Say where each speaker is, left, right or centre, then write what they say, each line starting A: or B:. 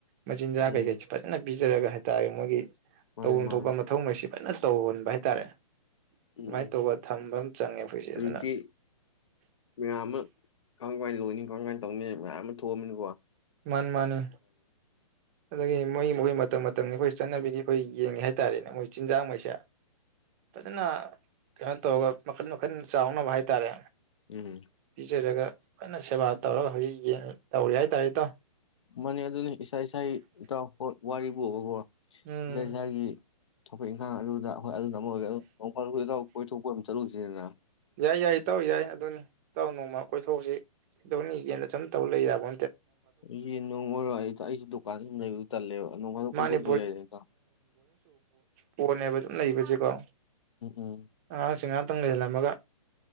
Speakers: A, on the right (about 25°); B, on the left (about 55°).
A: ꯃꯆꯤꯟꯖꯥꯛ
B: ꯎꯝ
A: ꯀꯩꯀꯩꯁ ꯐꯖꯅ ꯖꯔꯒ ꯍꯥꯏꯇꯥꯔꯦ ꯃꯣꯏꯒꯤ
B: ꯃꯥꯅꯦ
A: ꯇꯧꯐꯝ
B: ꯃꯥꯅꯦ
A: ꯊꯣꯛꯄ ꯃꯊꯧ ꯑꯁꯤ ꯑꯁꯤ ꯐꯖꯅ ꯇꯧꯍꯟꯕ ꯍꯥꯏꯇꯥꯔꯦ ꯑꯗꯨꯨꯃꯥꯏꯅ
B: ꯎꯝ ꯎꯝ.
A: ꯇꯧꯕ ꯊꯝꯕ ꯑꯃ ꯆꯪꯉꯦ ꯑꯩꯈꯣꯏꯁꯦ
B: ꯍꯧꯖꯤꯛꯇꯤ
A: ꯑꯗꯨꯅ
B: ꯃꯌꯥꯝ ꯑꯃ ꯀꯔꯝ ꯀꯥꯏꯅ ꯂꯣꯏꯅꯤ ꯀꯃꯝ ꯀꯥꯏꯅ ꯇꯧꯅꯤ ꯃꯌꯥꯝ ꯑꯃ ꯊꯣꯛꯑꯅꯤꯀꯣ
A: ꯃꯥꯟ ꯃꯥꯅꯦ ꯑꯗꯒꯤ ꯃꯣꯏ ꯃꯈꯣꯏ ꯃꯇꯝ ꯃꯇꯝꯒꯤ ꯑꯩꯈꯣꯏ ꯆꯠꯅꯕꯤꯒꯤ ꯑꯩꯈꯣꯏ ꯌꯦꯡꯉꯦ ꯍꯥꯏꯇꯥꯥꯔꯦꯅꯦ ꯃꯣꯏ ꯆꯤꯟꯖꯥꯛꯈꯩꯁꯦ ꯇꯗꯅ ꯀ ꯇꯧꯔꯒ ꯃꯈꯟ ꯃꯈꯟ ꯆꯥꯎꯅꯕ ꯍꯥꯏꯇꯥꯔꯦ
B: ꯎꯝ
A: ꯄꯤꯆꯦꯖꯒ ꯂꯣꯏꯅ ꯁꯦꯕꯥ ꯇꯧꯔꯒ ꯍꯧꯖꯤꯛꯡ ꯇꯧꯔꯤ ꯍꯥꯏꯇꯥꯔꯦ ꯏꯇꯣ
B: ꯃꯅꯤ ꯑꯗꯨꯅꯤ ꯏꯁꯥ ꯏꯁꯥꯒꯤꯇ ꯋꯥꯔꯤꯔꯤꯕꯕꯀꯣ
A: ꯎꯝ
B: ꯏꯁꯥ ꯏꯁꯥꯒꯤ ꯑꯣꯄꯛ ꯏꯪꯈꯥꯡ ꯑꯗꯨꯗ ꯍ ꯑꯗꯨ ꯅꯃꯔꯒ ꯀꯣꯏ ꯊꯣꯛ ꯆꯠꯨꯁꯤꯗꯅ
A: ꯌꯥꯏ ꯌꯥꯏ ꯇꯧ ꯌꯥꯏ ꯑꯗꯨꯅꯤ ꯇꯧ ꯅꯣꯡꯃ ꯀꯣꯏꯊꯣꯛꯎꯁꯤ ꯀꯩꯗꯧꯅꯤꯒꯦꯅ ꯁꯨꯝ ꯇꯧ ꯂꯩ ꯌꯥꯕꯣ
B: ꯑꯩꯁ ꯅꯪ ꯑꯣꯏꯔꯣ ꯑꯩ ꯑꯩꯁꯨ ꯗꯨꯀꯥꯟ ꯑꯗꯨ ꯂꯩꯕꯗꯨ ꯇꯜꯂꯦꯕ ꯅꯣꯡꯀꯥꯟꯗ
A: ꯃꯥꯅꯦ
B: ꯀꯣꯏꯊꯣꯛꯄ ꯌꯥꯏ ꯅꯗ
A: ꯐꯣꯟꯅꯦꯕꯕꯦ ꯣ
B: ꯎꯝ
A: ꯑ ꯁꯤꯉ ꯈꯤꯇꯪ ꯂꯩꯜꯂꯝꯃꯒ